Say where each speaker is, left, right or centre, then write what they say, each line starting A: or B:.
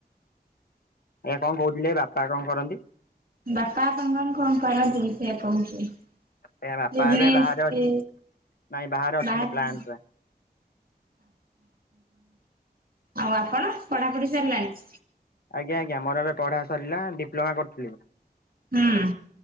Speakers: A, on the left; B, on the right.
A: କଣ କହୁଥିଲେ ବାପା କଣ କରନ୍ତି?
B: ବାପା ଆପଣଙ୍କର କଣ କରନ୍ତି? ସେଇଆ କହୁଛି।
A: ଆଜ୍ଞା ବାପା
B: ବିଜନେସ୍
A: ଏବେ ବାହାରେ ଅଛି
B: କି
A: ନାଇଁ ଅଛନ୍ତି
B: ବାହାରେ
A: ପ୍ଲାଣ୍ଟରେ
B: ଆଉ ଆପଣ ପଢାପଢ଼ି ସରିଲାଣି।
A: ଆଜ୍ଞା ଆଜ୍ଞା ମୋର ଏବେ ପଢା ସରିଲା ଡିପ୍ଲୋମା କରୁଥିଲି।
B: ହଁ।